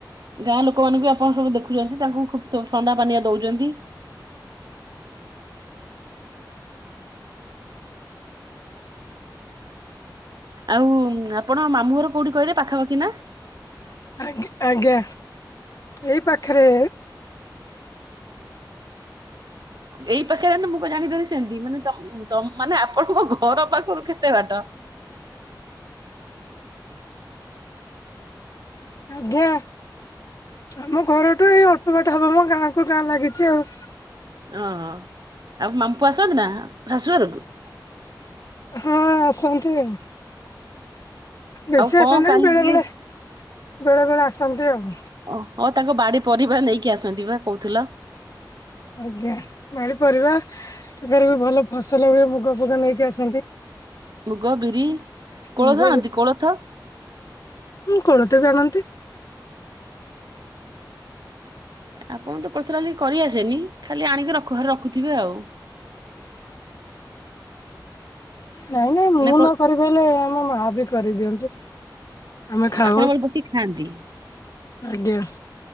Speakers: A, on the right; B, on the left.
A: ଗାଁ ଲୋକ ମାନଙ୍କୁ ବି ଆପଣ ସବୁ ଦେଖୁଛନ୍ତି ତାଙ୍କୁ ଖୁବ ଥଣ୍ଡା ପାନିଅ ଦୋଉଚନ୍ତି। ଆଉ ଆପଣ ମାମୁଁ ଘର କୋଉଠି କହିଲେ ପାଖାପାଖି ନା।
B: ଆଜ୍ଞା ଆଜ୍ଞା ଏଇ ପାଖରେ
A: ଏଇ ପାଖରେ ଏନେ ମୁଁ କ ଜାଣିପାରିବି ସେମିତି ମାନେ ତମ ତ ମାନେ ଆପଣଙ୍କ ଘର ପାଖରୁ କେତେ ବାଟ।
B: ଜ୍ଞାଁ ଆମ ଘରଠୁ ଏଇ ଅଳ୍ପ ବାଟ ହବ ମୋ ଗାଁ କୁ ଗାଁ ଲାଗିଚି ଆଉ।
A: ଓହୋ ଆଉ ମାମପୁଅ ଆସନ୍ତି ନା ଶାଶୁ ଘରକୁୁ।
B: ହଁ ଆସନ୍ତି ଆଉ। ବେଶୀ
A: ଆଉ କଣ
B: ଆସନ୍ତିନି
A: କାଲି
B: ବେଳେ
A: ଟିକେ
B: ବେଳେ ବେଳେ ବେଳେ ଆସନ୍ତି ଆଉ।
A: ଓ ହୋ ତାଙ୍କ ବାଡି ପରିବା ନେଇକି ଆସନ୍ତି ବା କହୁଥିଲ।
B: ଆଜ୍ଞା ବାଡ଼ି ପରିବା ତାଙ୍କ ର ବି ଭଲ ଫସଲ ହୁଏ ମୁଗ ଫୁଗ ନେଇକି ଆସନ୍ତି।
A: ମୁଗ ବିରି କୋଳଥ
B: ମୁଗ
A: ଆଣନ୍ତି କୋଳଥ।
B: ହୁଁ କୋଳଥବି ଆଣନ୍ତି।
A: ଆପଣ ତ କୋଳଥଡାଲି କରିଆସେନି ଖାଲି ଆଣିକି ରଖ ଘ ରଖୁଥିବେ ଆଉ।
B: ନାଇଁ ନାଇଁ ମୁଁ
A: ନା କୋ
B: ନ କରି ପାଇଲେ ଆମ ମା ବି କରିଦିଅନ୍ତି। ଆମେ ଖାଉ
A: ଆପଣଙ୍କ ବସିକି ଖାଆନ୍ତି।
B: ଆଜ୍ଞା।